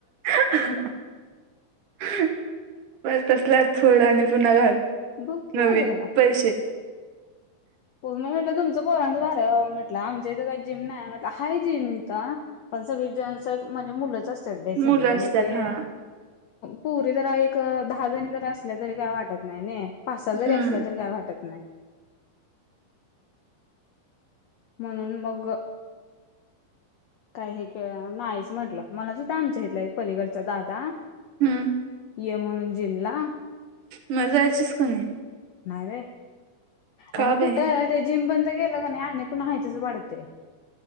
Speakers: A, on the right; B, on the left.
A: अं अं बस तसला फेड आणि पुन्हा घाल.
B: बघ की
A: नवीन
B: अगं जरा.
A: पैसे.
B: मी म्हटलं तुमचं पोरांचं बघा काय मी म्हटल हो म्हटलं आमच्या इथं काही जिम नाही म्हटलं हाय जिनिंगच आ <unintelligible> पण सगळे जेट्स म्हणजे मुलंच असत्यात बाई
A: मुलं
B: सगळी मग
A: असतात
B: ते.
A: हा
B: पोरी जरा एक दहा जणी जरी असले तरी काय वाटत नाय नाय. पाच सहा जरी
A: हम्म
B: असल्या तरी काय वाटत नाय. म्हणून मग ग... काही हे नाहीच म्हटलं म्हणत होता आमच्या इथला एक पलीकडचा दादा
A: हम्म
B: ये म्हणून जिमला
A: मग जायचीस की नाही?
B: नाय बाय.
A: का
B: अगं कुठं
A: बाई
B: ते जिम बंद केलं आणि आहे पण त्याचं वाढतंय.